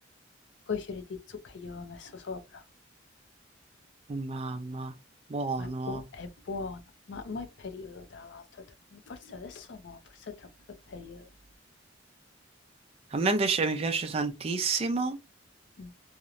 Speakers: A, on the left; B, on the right.
A: coi fiori di zucca che gli avevo messo sopra.
B: oh mamma, buono.
A: Ma è, buo- è buono. Ma mo è periodo, tra l'altro. Forse adesso no, forse tra poco è periodo.
B: A me invece mi piace tantissimo
A: Mm,